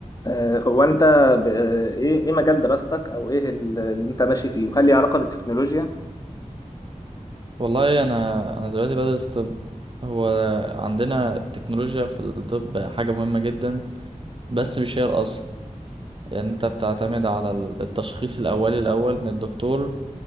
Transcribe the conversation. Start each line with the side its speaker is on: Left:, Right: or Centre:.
Left: آه، هو انت ب- آه، ايه ايه مجال دراستك او ايه ال- اللي انت ماشي فيه وهل ليه علاقه بالتكنولوجيا
Right: والله انا انا دلوقتي بدرس طب هو عندنا التكنولوجيا في الطب حاجه مهمه جدا بس مش هي الاصل يعني انت بتعتمد على ال- التشخيص الاولي الاول من الدكتور